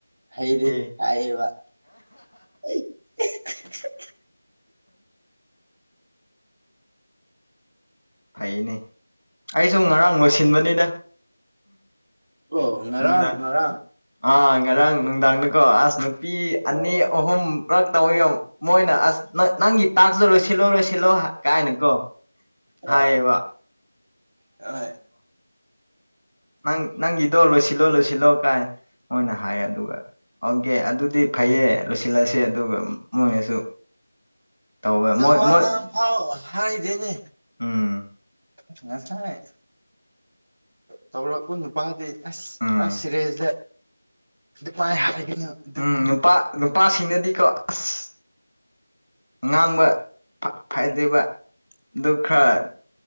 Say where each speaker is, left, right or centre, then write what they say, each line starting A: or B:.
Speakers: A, on the right; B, on the left.
A: ꯍꯩꯗꯦ
B: ꯑꯦ
A: ꯍꯥꯏꯌꯦꯕ ꯑꯩ <unintelligible>
B: ꯐꯩꯌꯦꯅꯦ ꯑꯩꯁꯨ ꯉꯔꯥꯡ ꯂꯣꯏꯁꯤꯟꯕꯅꯤꯗ
A: ꯑꯣ ꯉꯔꯥꯡ
B: ꯅꯨꯡꯗꯥꯡ
A: ꯉꯔꯥꯡ
B: ꯑꯥ ꯉꯔꯥꯡ ꯅꯨꯡꯗꯥꯡꯗꯀꯣ ꯑꯁ ꯅꯨꯄꯤ
A: ꯑꯣ
B: ꯑꯅꯤ ꯑꯍꯨꯝ ꯄꯨꯛ ꯇꯧꯋꯤ ꯃꯣꯏꯅ ꯑꯁ ꯅꯪꯒꯤ ꯇꯥꯛꯁꯨ ꯂꯣꯏꯁꯤꯜꯂꯣ ꯂꯣꯏꯁꯤꯜꯂꯣ ꯀꯥꯏꯅꯀꯣ
A: ꯑꯥ
B: ꯍꯥꯏꯕ
A: ꯍꯣꯏ
B: ꯅꯪ ꯅꯪꯒꯤꯗꯣ ꯂꯣꯏꯁꯤꯜꯂꯣ ꯂꯣꯏꯁꯤꯜꯂꯣ ꯀꯥꯏꯅ ꯃꯣꯏꯅ ꯍꯥꯏꯌꯦ ꯑꯗꯨꯒ ꯑꯣꯀꯦ ꯑꯗꯨꯗꯤ ꯐꯩꯌꯦ ꯂꯣꯏꯁꯤꯜꯂꯁ ꯑꯗꯨꯒ ꯃꯣꯏꯅꯁꯨ ꯇꯧꯋꯦ
A: ꯑꯗꯨ
B: ꯃꯣꯏ
A: ꯋꯥ
B: ꯃꯣꯏ
A: ꯉꯥꯡꯐꯥꯎ ꯍꯥꯏꯗꯦꯅꯦ
B: ꯎꯝ
A: <unintelligible> ꯇꯧꯔꯛꯄ ꯅꯨꯄꯥꯗꯤ ꯑꯁ
B: ꯎꯝ
A: ꯄꯨꯔꯥ ꯁꯤꯔꯦꯖꯗ ꯑꯗꯨ ꯃꯥꯏ <unintelligible>
B: ꯎꯝ ꯅꯨꯄꯥ ꯅꯨꯄꯥꯁꯤꯡꯅꯗꯤꯀꯣ ꯑꯁ ꯉꯥꯡꯕ ꯐꯗ꯭ꯕ ꯑꯗꯨ ꯈꯔ
A: ꯑꯣ